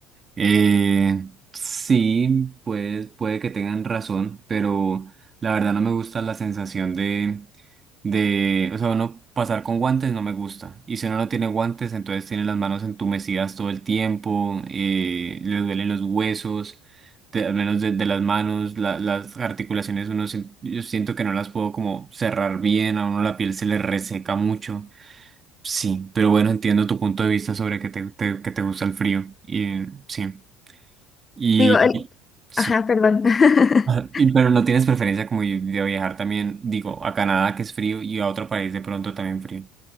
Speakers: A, on the right (about 25°); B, on the left (about 25°).
A: Eh, sí, pues puede que tengan razón, pero la verdad no me gusta la sensación de, de, o sea, uno pasar con guantes no me gusta. Y si uno no tiene guantes, entonces tiene las manos entumecidas todo el tiempo, eh, le duelen los huesos. de- al menos de, de las manos, la- las articulaciones, uno, sien- yo siento que no las puedo como cerrar bien, a uno la piel se le reseca mucho. Sí, pero bueno, entiendo tu punto de vista sobre que te, te- que te gusta el frío. Y, eh, sí, y
B: Digo, el-
A: sí.
B: ajá, perdón. <laughs>
A: Ajá. Y- pero no tienes preferencia como de de viajar también, digo, a Canadá que es frío y a otro país de pronto también frío.